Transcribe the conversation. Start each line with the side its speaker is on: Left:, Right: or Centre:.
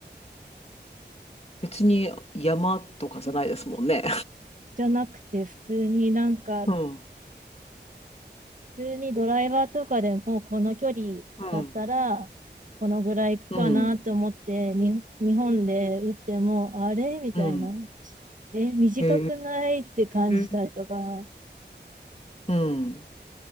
Left: 別に山とかじゃないですもんね。
Right: じゃなくて、普通になんか
Left: <laughs> うん。
Right: 普通にドライバーとかでもこの距離だったらこのぐらいいくかなと思ってに日本で打ってもあれみたいな。
Left: うん。うん。うん。
Right: え、短くないって感じたりとか、
Left: へえ。うん。